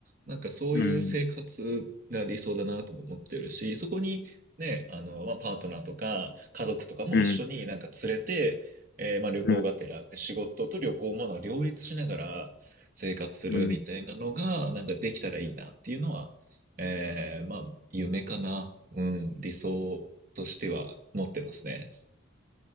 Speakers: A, on the right (about 45°); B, on the left (about 50°).
A: なんかそういう生活が理想だなとも思ってるし、
B: うん。
A: そこに、ね、あの、まあ、パートナーとか、家族とかも一緒になんか連れて、
B: うん。
A: えーまあ、旅行がてら、
B: うん。
A: 仕事と旅行もなんか両立しながら生活するみたいなのが、
B: うん
A: なんかできたらいいなっていうのは、えーまあ、夢かな。うん、理想としては持ってますね。